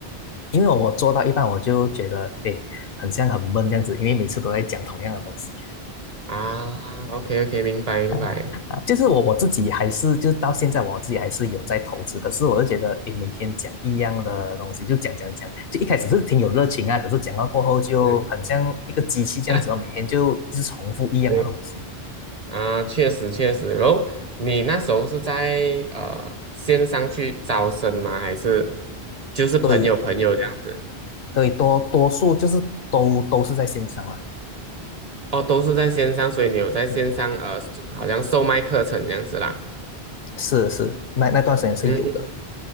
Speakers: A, on the left (about 60°); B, on the right (about 40°).
A: 因为我做到一半，我就觉得诶，很像很闷这样子，因为每次都在讲同样的东西
B: 啊？OK OK，明白明白。
A: 啊啊，就是我我自己还是就是到现在我自己还是有在投资，可是我就觉得诶，每天讲一样的东西，就讲讲讲，就一开始是挺有热情啊，可是讲到过后就很像一个机器这样子哦，
B: 嗯，<laughs>
A: 每天就一直重复一样的东西。
B: 对啊，确实确实。然后你那时候是在呃线上去招生吗？还是就是朋友朋友这样子？
A: 对，对，多多数就是都都是在线上了。
B: 哦，都是在线上，所以你有在线上呃，
A: 嗯，
B: 好像售卖课程这样子啦。
A: 是是，那那段时间是有的。
B: 嗯